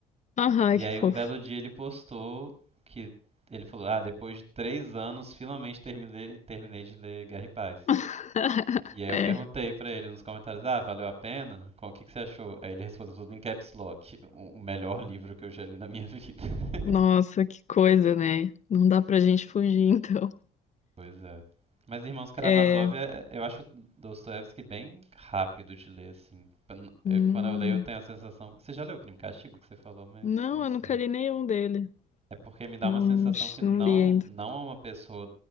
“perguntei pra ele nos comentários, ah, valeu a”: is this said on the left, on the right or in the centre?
Right